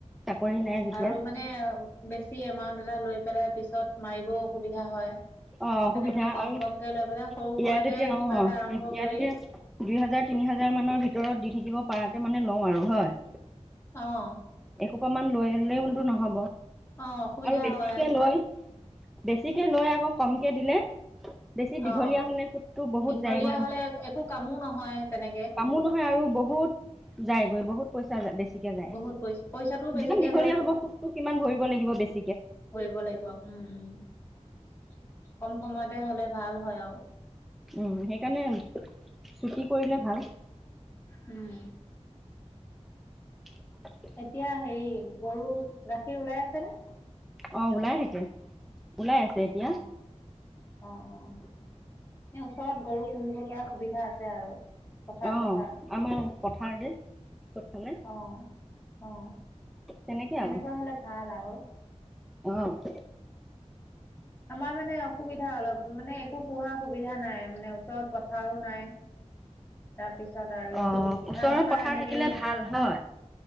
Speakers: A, in the centre; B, on the left.
A: চাকৰি নাই যেতিয়া।
B: আৰু মানে বেছি এমাউন্ট এটা লৈ পেলাই পিছত মাৰিবও অসুবিধা হয়। সেইকাৰণে
A: অঁ অসুবিধা
B: মানে কম
A: আৰু
B: কমকে লৈ পেলাই সৰু
A: ইয়াত
B: সুৰাকে
A: এতিয়া অঁ
B: কিবা এটা আৰম্ভ
A: ইয়াত
B: কৰি
A: এতিয়া দুই হাজাৰ তিনি হাজাৰ মানৰ ভিতৰত দি থাকিব পৰাাৰকে মানে লওঁ আৰু হয়।
B: অঁ'।
A: এসোপ মান লৈ ললেও তো নহ'ব।
B: অ অসুবিধা
A: আৰু বেছিকে
B: হয়
A: লৈ বেছিকে লৈ আকৌ কমকে দিলে বেছি দীঘলীয়া
B: অ
A: হলে সুতটো বহুত
B: দীঘলীয়া
A: যায়গৈ
B: হলে
A: নহয়
B: একো কামো নহয় তেনেকে
A: কামো নহয় আৰু বহুত যায়গৈ বহুত পইচা বেছিকে যায়
B: বহুত পইচা পইচাটোও বেছিকে
A: যিমান দীঘলীয়া হ'ব সুতটো সিমান ভৰিব লাগিব বেছি।
B: ধৰিব লাগিব উম, উম, কম সময়তে হলে ভাল হয় আৰু।
A: উম, সেইকাৰণে ছুটি কৰিলে ভাল।
B: উম।
A: <inaudible>
B: এতিয়া হেৰি গৰু গাখীৰ ওলাই আছে নে?
A: অ', ওলাই থাকে ওলাই আছে। এতিয়া
B: অ'। অ', অ', এ ওচৰত গৰু পুহিব পৰা সুবিধা আছে আৰু। পথাৰ
A: অ
B: চথাৰ
A: আমাৰ পথাৰ যে চবফালে
B: আহ আহ।
A: তেনেকে
B: তেনেকুৱা
A: আৰু
B: হ'লে ভাল আৰু।
A: অ'।
B: আমাৰ মানে অসুবিধা অলপ মানে একো পোহাৰ সুবিধা নাই মানে ওচৰত পথাৰো নাই। তাৰপিছত আৰু
A: অ ওচৰত
B: ঘাঁহ চাহ
A: পথাৰ
B: এনেকে
A: থাকিলে ভাল হয়।